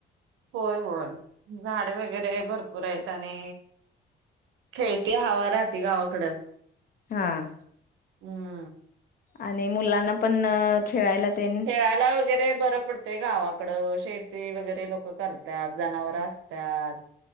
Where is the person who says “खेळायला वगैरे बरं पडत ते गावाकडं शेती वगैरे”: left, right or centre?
Right